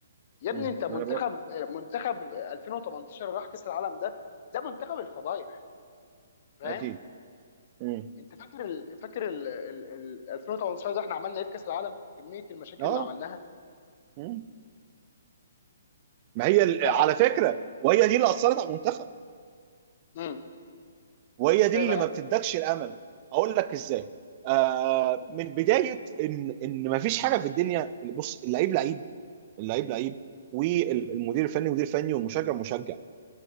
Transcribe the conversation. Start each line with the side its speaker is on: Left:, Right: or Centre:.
Left: يا
Right: مم.
Left: ابني انت منتخب
Right: ما انا بقول
Left: منتخب 2018 راح كاس العالم ده ده منتخب الفضايح فاهم
Right: اكيد مم.
Left: انت فاكر ال... فاكر ال... ال... ال... 2018 ده احنا عملنا ايه في كاس العالم كميه المشاكل
Right: اه
Left: اللي عملناها
Right: مم. ما هي ال-
Left: ف
Right: على فكره وهي دي اللي اثرت على المنتخب
Left: مم.
Right: وهي
Left: ازاي
Right: دي اللي
Left: بقى
Right: ما بتدكش الامل اقول لك ازاي آه من بدايه ان ان ما فيش حاجه في الدنيا بص اللعيب لعيب اللعيب لعيب والمدير الفني مدير فني والمشجع مشجع